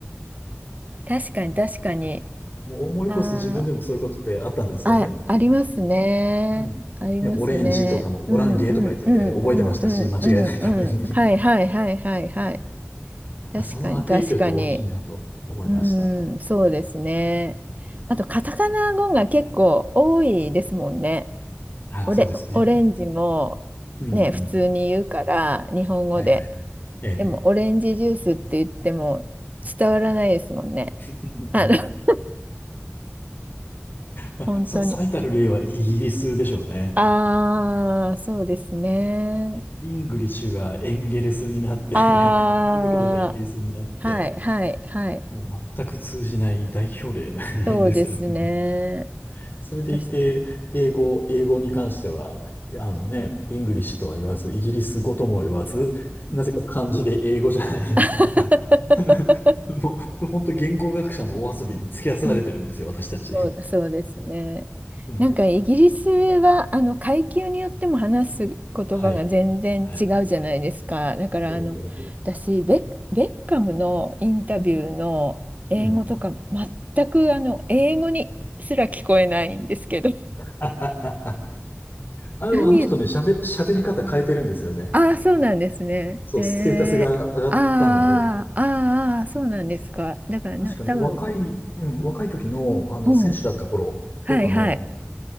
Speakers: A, on the right (about 35°); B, on the left (about 45°).
A: 確かに、確かに。
B: もう思い起こすと自分でもそういうことってあったんですよね。
A: ああ、あ、ありますね。
B: うん。
A: ありますね。
B: ね、オレンジとかもオランゲーとか言ってて覚えてましたし、
A: うん、うん、うん、うん、うん、
B: 間違えないために。
A: うん、うん。はい、はい、はい、はい、はい。確かに、
B: その悪影響って大きいなと思いました。
A: 確かに。うん、そうですね。
B: うん
A: あと、カタカナ語が結構多いですもんね。
B: あ、
A: オレ、
B: そうですね。
A: オレンジも、
B: うんうん。
A: ね、普通に言うから、日本語で。
B: はいはいはい。ええ。
A: でも、オレンジジュースって言っても伝わらないですもんね。
B: <laughs>
A: あの、<laughs>
B: まあその最たる例はイギリスでしょうね。
A: 本当に。ああ、そうですね。
B: えイングリッシュがエンゲレスになって
A: あ
B: <laughs> それだけ <laughs> だけイギリスになって、
A: あ、はい、はい、はい。
B: もう全く通じない代表例
A: そうですね。
B: <laughs> ですよね。それでいて、
A: 私
B: 英語、英語に関しては、あのね、イングリッシュとは言わず、イギリス語とも言わず、なぜか漢字で英語じゃないですか。
A: <laughs>
B: <laughs> <laughs> もう、これ本当言語学者のお遊びに付き合わされてるんですよ、
A: うん
B: 私たち。
A: そうそうですね。
B: うん。
A: なんかイギリスはあの階級によっても話す言葉が全然違うじゃないですか。
B: はい。はい。
A: だからあの私ベッ、
B: ええ、ええ
A: ベッカムのインタビューの英語とか
B: うん。うん。
A: 全くあの英語にすら聞こえないんですけど。<laughs>
B: <laughs> あの、でもあの人ね、
A: 何
B: 喋、喋り方変えてるんですよね。
A: ああ、そうなんですね。
B: そう、
A: えー、
B: ステータスが上がったので、
A: ああ、ああ、そうなんですか。だからな、
B: 確かね、
A: 多分、
B: 若い、うん、若い時の、あの、
A: うん、
B: 選手だった頃とかの
A: はいはい、